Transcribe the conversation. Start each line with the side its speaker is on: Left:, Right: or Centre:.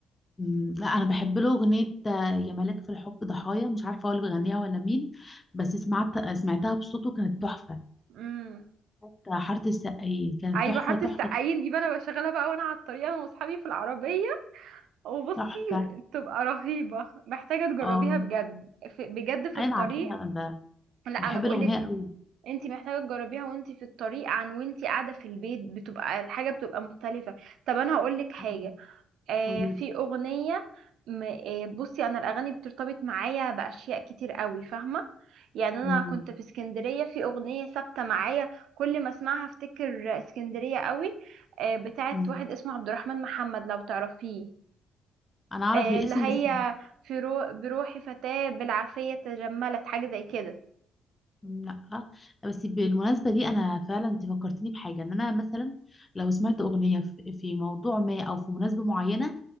Left: مم، لا انا بحب له اغنيه آه، يا ملاك في الحب ضحايا مش عارفه هو اللي بيغنيها ولا مين بس سمعت سمعتها بصوته كانت تحفه
Right: امم
Left: بتاع حاره السقايين كانت
Right: ايوه
Left: تحفه
Right: حاره
Left: تحفه
Right: السقايين دي بقى انا بشغلها بقى وانا على الطريق انا واصحابي في العربيه وبصي
Left: تحفه
Right: تبقى رهيبه محتاجه تجربيها
Left: اه
Right: بجد في بجد في
Left: انا
Right: الطريق
Left: عارفاها انا
Right: لا
Left: بحب
Right: انا بقولك
Left: الاغنيه قوي
Right: انت محتاجه تجربيها وانت في الطريق عن وانت قاعده في البيت بتبقى الحاجه بتبقى مختلفه طب انا هقولك حاجه
Left: أيوة،
Right: آه
Left: قولي
Right: في
Left: لي
Right: اغنيه م- آه بصي انا الاغاني بترتبط معايا باشياء كتير قوي فاهمه يعني انا
Left: مم،
Right: كنت في اسكندريه في اغنيه ثابته معايا كل ما اسمعها افتكر اسكندريه قوي آه بتاعت
Left: مم.
Right: واحد اسمه عبد الرحمن محمد لو تعرفيه
Left: انا اعرف
Right: آه
Left: الاسم
Right: اللي هي
Left: بس مش
Right: في رو... بروحي فتاة بالعافية تجملت حاجة زي كده
Left: لا بس بالمناسبة دي أنا فعلا أنت فكرتني بحاجة إن أنا مثلا لو سمعت أغنية في في موضوع ما أو في مناسبة معينة